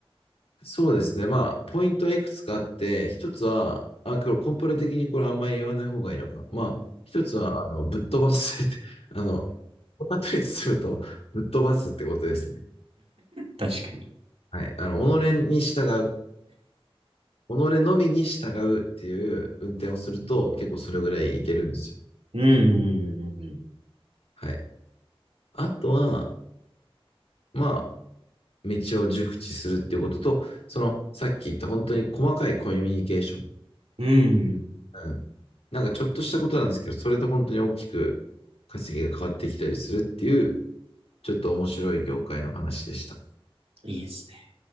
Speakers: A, on the left; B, on the right.
A: そうですね。まあ、ポイントはいくつかあって、一つは、あ、これコンプラ的にこれあんまり言わない方がいいのか。まあ、一つは、あの、ぶっ飛ばすって、<laughs> あの、このっりすると、ぶっ飛ばすってことですね。
B: 確かに。
A: はい。あの、己に従う。己のみに従うっていう運転をすると、結構それぐらいいけるんですよ。
B: うん、うん、
A: はい。あとは、まあ、道を熟知するっていうことと、そのさっき言った本当に細かいコミュニケーション。
B: うん、うん。うん
A: うん。なんかちょっとしたことなんですけど、それで本当に大きく稼ぎが変わってきたりするっていう、ちょっと面白い業界の話でした。
B: うん、いいですね。